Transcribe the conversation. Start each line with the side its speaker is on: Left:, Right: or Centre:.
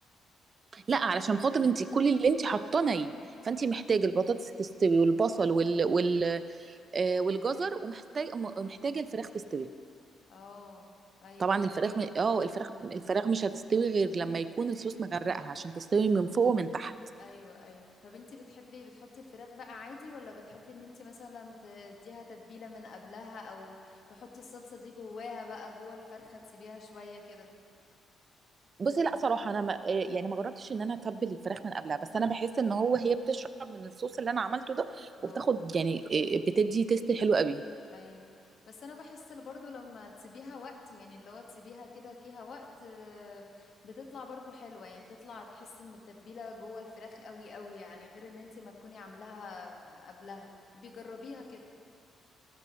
Right: لا علشان خاطر انت كل اللي انت حاطاه ني فانت محتاجه البطاطس تستوي والبصل وال... وال... آه والجزر ومحتاج محتاجه الفراخ تستوي
Left: اه ايوه
Right: طبعا
Left: فهمك
Right: الفراخ م... اه الفراخ الفراخ مش هتستوي غير لما يكون الصوص مغرقها عشان تستوي من فوق ومن تحت
Left: ايوه ايوه طب انتي بتحبي بتحطي الفراخ بقى عادي ولا بتحبي ان انتي مثلا تديها تتبيلة من قبلها او تحطي الصلصة دي جواها بقى جوه الفرخة تسيبيها شوية كده
Right: بصي لا صراحه انا ما آه، يعني ما جربتش ان انا اتبل الفراخ من قبلها بس انا بحس ان هو هي بتشرب من الصوص اللي انا عملته ده
Left: اه
Right: وبتاخد يعني آه، بتدي تيست حلو قوي
Left: ايوه بس انا بحس اللي برضو لما تسيبيها وقت يعني اللي هو تسيبيها كده فيها وقت آه، بتطلع برضو حلوة يعني بتطلع تحس ان التتبيلة جوه الفراخ قوي قوي يعني غير ان انتي ما تكوني عاملاها قبلها بيجربيها كده